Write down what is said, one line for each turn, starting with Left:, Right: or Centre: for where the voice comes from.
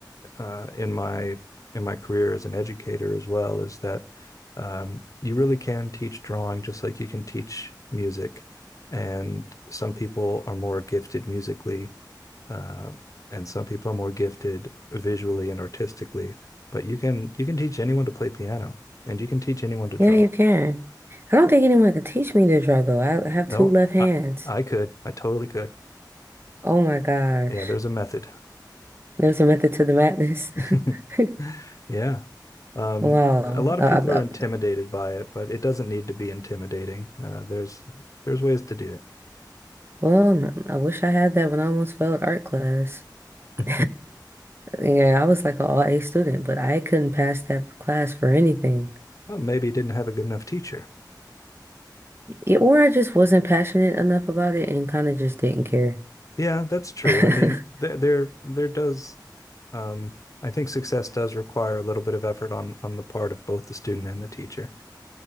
Left: uh, in my in my career as an educator as well is that um, you really can teach drawing just like you can teach music. And some people are more gifted musically, uh, and some people are more gifted visually and artistically. But you can you can teach anyone to play piano, and you can teach anyone to draw.
Right: yeah, you can. I don't think anyone could teach me to draw, though. I have
Left: No,
Right: two left hands.
Left: I I
Right: <laughs>
Left: could, I totally could.
Right: Oh my gosh.
Left: Yeah, there's a method.
Right: There's a method to the madness.
Left: <laughs>
Right: <laughs>
Left: Yeah. Um,
Right: Wow.
Left: a lot
Right: Uh,
Left: of people
Right: I,
Left: are
Right: I,
Left: intimidated by it, but it doesn't need to be intimidating. Uh, there's there's ways to do it. <laughs>
Right: well, I wish I had that when I almost failed art class. <laughs>
Left: Hmm.
Right: Yeah, I was like an all A student, but I couldn't pass that class for anything.
Left: Well, maybe you didn't have a good enough teacher.
Right: Yeah, or I just wasn't passionate enough about it and kind of just didn't care.
Left: Yeah, that's true.
Right: <laughs>
Left: I mean, there there, there does um, I think success does require a little bit of effort on on the part of both the student and the teacher.